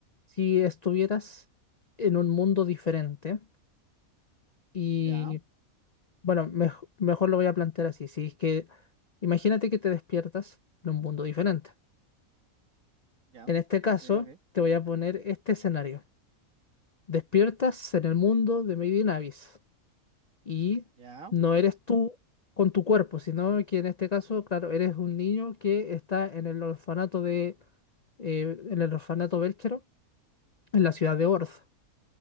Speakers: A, on the left; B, on the right.
A: si estuvieras en un mundo diferente y,
B: Ya,
A: bueno, mej- mejor lo voy a plantear así, si es que imagínate que te despiertas en un mundo diferente.
B: ya,
A: En este caso,
B: sí, ok,
A: te voy a poner este escenario. Despiertas en el mundo de Made in Abyss y
B: ya,
A: no eres tú con tu cuerpo, sino que en este caso, claro, eres un niño que está en el orfanato de, eh, en el orfanato Belchero, en la ciudad de Orth.